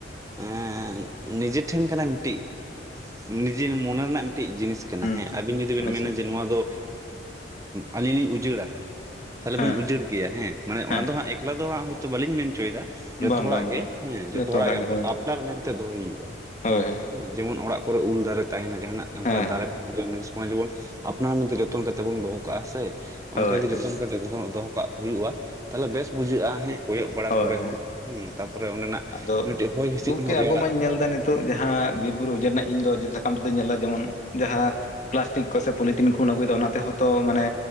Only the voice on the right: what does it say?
ᱮᱸ ᱱᱤᱡᱮ ᱴᱷᱮᱱ ᱠᱟᱱᱟ ᱢᱤᱫᱴᱮᱡ, ᱱᱤᱡᱮ ᱢᱚᱱᱮ ᱨᱮᱱᱟᱜ ᱢᱤᱫᱴᱤᱡ ᱡᱤᱱᱤᱥ ᱠᱟᱱᱟ
ᱦᱮᱸ ᱟᱹᱵᱤᱱ ᱡᱩᱫᱤᱵᱤᱱ
ᱢᱮᱱᱟ,
ᱡᱮ ᱱᱚᱣᱟ ᱫᱚ ᱟᱹᱞᱤᱧ ᱞᱤᱧ ᱩᱡᱟᱹᱲᱟ᱾ ᱛᱟᱦᱞᱮ
ᱵᱮᱱ ᱩᱡᱟᱹᱲ ᱜᱮᱭᱟ, ᱦᱮᱸ ᱢᱟᱱᱮ
ᱚᱱᱟ ᱫᱚ ᱦᱟᱸᱜ ᱮᱠᱞᱟ ᱫᱚ ᱦᱟᱸᱜ ᱦᱳᱭᱛᱳ ᱵᱟᱹᱞᱤᱧ ᱢᱮᱱ ᱪᱚᱭᱫᱟ᱾
ᱡᱚᱛᱚ ᱦᱚᱲᱟᱜ
ᱜᱮ
ᱦᱮᱸ ᱡᱚᱛᱚ ᱦᱚᱲᱟᱜ ᱜᱮ,
ᱟᱯᱱᱟᱨ ᱢᱮᱱᱛᱮ ᱫᱚᱦᱚᱭ ᱦᱩᱭᱩᱜ-ᱟ᱾
ᱡᱮᱢᱚᱱ ᱚᱲᱟᱜ ᱠᱚᱨᱮ ᱩᱞ ᱫᱟᱨᱮ ᱛᱟᱦᱮᱱᱟ, ᱡᱟᱦᱟᱱᱟᱜ ᱚᱱᱠᱟ
ᱫᱟᱨᱮ ᱛᱟᱦᱮᱱᱟ ᱡᱚᱢ ᱡᱤᱱᱤᱥ ᱚᱱᱟ ᱡᱮᱢᱚᱱ ᱟᱯᱱᱟᱨ ᱢᱚᱫᱽᱫᱷᱮ ᱡᱚᱛᱚᱱ ᱠᱟᱛᱮ ᱵᱚᱱ ᱫᱚᱦᱚ ᱠᱟᱜ-ᱟ, ᱥᱮ ᱚᱱᱠᱟ
ᱡᱩᱫᱤ
ᱡᱚᱛᱚᱱ ᱫᱚᱦᱚ ᱠᱟᱜ ᱦᱩᱭᱩᱜ-ᱟ, ᱛᱟᱦᱞᱮ ᱵᱮᱥ ᱵᱩᱡᱷᱟᱹᱜ-ᱟ ᱦᱮᱸ ᱠᱚᱭᱚᱜ ᱵᱟᱲᱟ᱾
ᱦᱩᱸ ᱛᱟᱯᱚᱨᱮ ᱚᱸᱰᱮᱱᱟᱜ
ᱢᱤᱫᱴᱮᱡ ᱦᱚᱭ ᱦᱤᱸᱥᱤᱫ
ᱦᱚᱸ ᱨᱮᱭᱟᱲᱟᱜ